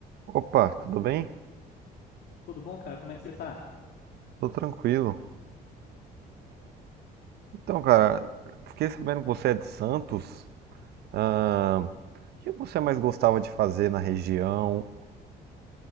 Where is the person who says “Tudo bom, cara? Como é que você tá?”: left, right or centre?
Left